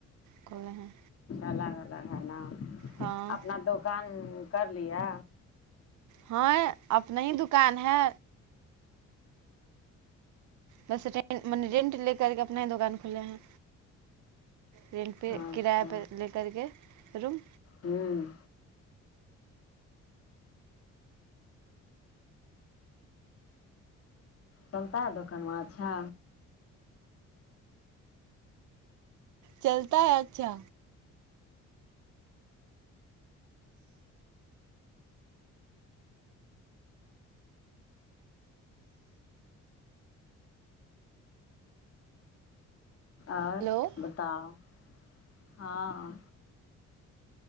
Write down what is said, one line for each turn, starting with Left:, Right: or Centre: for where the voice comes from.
Right: کھولے ہیں
Left: ال الگ الگ ہے نا
Right: ہاں
Left: اپنا دکان کر لیا
Right: ہاں اپنا ہی دکان ہے بس رین م رینٹ لے کر کے اپنا ہی دکان کھلے ہیں رینٹ پہ
Left: اچھا
Right: کرایہ پہ لے کر کے روم
Left: ہوں چلتا ہے دکان وہاں اچھا
Right: چلتا ہے اچھا
Left: اور
Right: ہلو
Left: بتاؤ ہاں